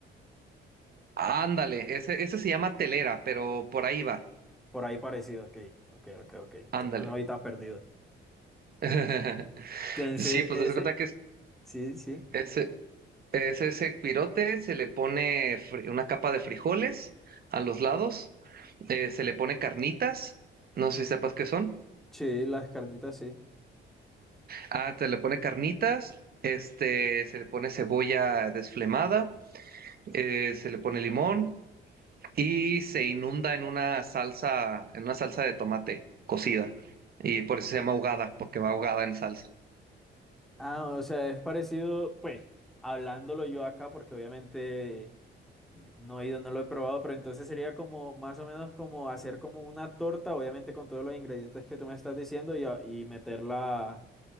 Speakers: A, on the right; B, in the centre.
A: Ándale, ese, ese se llama telera, pero por ahí va.
B: Por ahí parecido, ok, ok, ok, ok. Entonces
A: Ándale.
B: no voy tan perdido.
A: <laughs>
B: Entonces,
A: Sí, pues
B: ese,
A: das cuenta que es
B: sí, sí.
A: ese, es ese pirote, se le pone fri- una capa de frijoles a los lados, eh, se le pone carnitas, no sé si sepas qué son.
B: Sí, las carnitas sí.
A: Ah, se le pone carnitas, este, se le pone cebolla desflemada, eh, se le pone limón y se inunda en una salsa, en una salsa de tomate cocida. Y por eso se llama ahogada, porque va ahogada en salsa.
B: Ah, o sea, es parecido, pues, hablándolo yo acá, porque obviamente no he ido, no lo he probado, pero entonces sería como, más o menos como hacer como una torta, obviamente con todos los ingredientes que tú me estás diciendo y, a- y meterla,